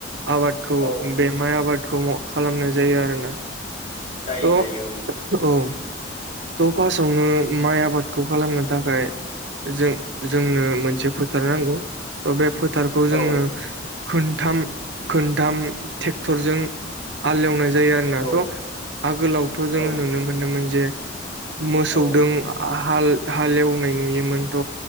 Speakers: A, on the right; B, on the left.
A: आबादखौ
B: औ
A: बे माइ आबादखौ खालामनाय जायो आरोना
B: जायो
A: थ'
B: जायो
A: औ थ' फासावनो माइ आबादखौ खालामनो थाखाय जों जोंनो मोनसे फोथार नांगौ। थ' बे फोथारखौ
B: औ
A: जोङो खोनथाम खोनथाम ट्रेक्टरजों हालेवनाय जायो आरोना
B: औ
A: थ' आगोलावथ'
B: औ
A: जोङो नुनो मोनोमोन जे मोसौदों
B: औ
A: हाल हालेवनाय नुयोमोनथ'